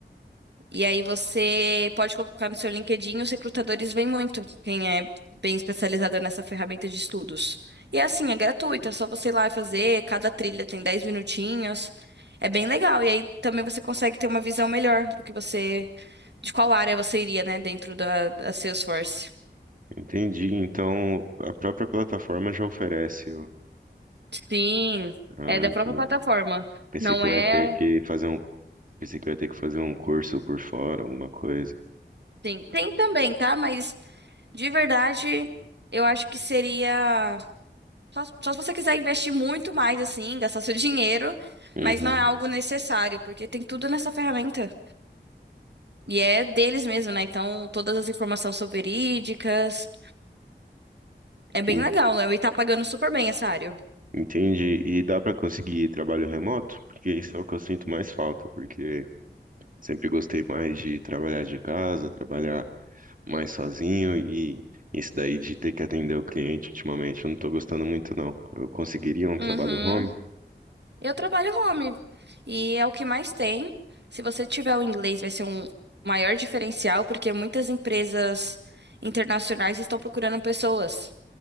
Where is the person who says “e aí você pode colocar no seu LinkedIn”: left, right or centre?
Right